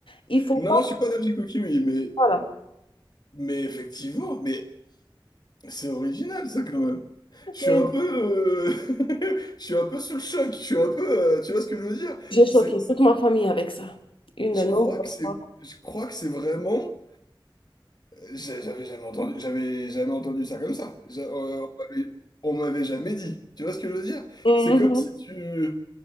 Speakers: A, on the left (about 85°); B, on the left (about 50°).
A: il faut
B: Non,
A: pas.
B: je suis pas d'Algie Cookie, mais,
A: Voilà.
B: mais effectivement, mais c'est original ça quand même. Je suis
A: Oui,
B: un peu, euh, <laughs> je suis un peu sous le choc. Je suis un peu, euh, tu vois ce que je veux dire?
A: J'ai choqué
B: C'est, c'est-
A: toute ma famille avec ça. Une
B: je
A: de nombreuses
B: crois que c'est,
A: fois.
B: je crois que c'est vraiment. j'a- J'avais jamais entendu, j'avais jamais entendu ça comme ça. J'a- euh, on m'avait on m'avait jamais dit. Tu vois ce que je veux dire?
A: Mhm.
B: C'est comme si tu,